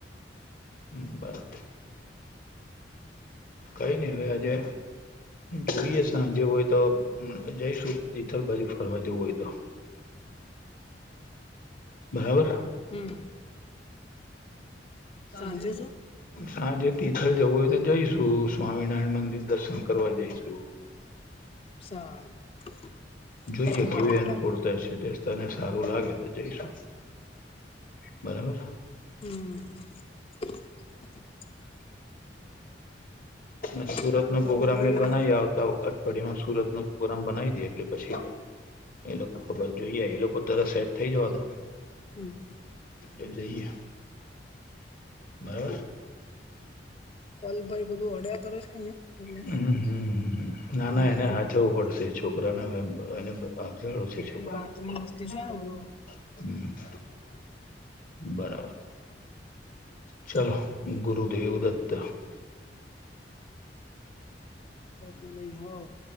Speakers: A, on the left; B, on the left.
A: હમ બસ. કઈ નઈ હવે આજે જોઈએ સાંજે હોય તો જઈશું તીથલ બાજુ ફરવા જે હોય તો. બરાબર?
B: હમ
A: <inaudible>
B: સાંજે શું
A: હાંજે તિથલ જવું હોય તો જઈશું સ્વામિનારાયણ મંદિર દર્શન કરવા જઈશું. <inaudible>
B: <unintelligible>
A: જોઈએ કેવી
B: હારું
A: અનુકૂળતા
B: લાગે મને
A: છે. તે તને સારું લાગે તો જઈશું. બરાબર?
B: હમ <inaudible>
A: અને સુરત
B: હા
A: નો
B: કલભાઈ
A: પ્રોગ્રામ મેં બનાવી આવતા અઠવાડિયામાં સુરત નો પ્રોગ્રામ બનાવી દિયે એટલે પછી એ લોકો ખબર જોઈએ એ લોકો તરા સેટ થઈ જવા તો
B: હમ.
A: એ જઈએ બરાબર?
B: કલભાઈ બધું અડ્યા કરે છે અહિયાં એટલે
A: હમમ નાના
B: હા મૂકી
A: એને હાચવું
B: દઉં છું
A: પડશે છો છોકરા
B: એ કાચની
A: <unintelligible>
B: વસ્તુ છે ને બધું
A: બરાબર. ચાલ ગરુદેવ દત્ત
B: ઘરમાં <inaudible>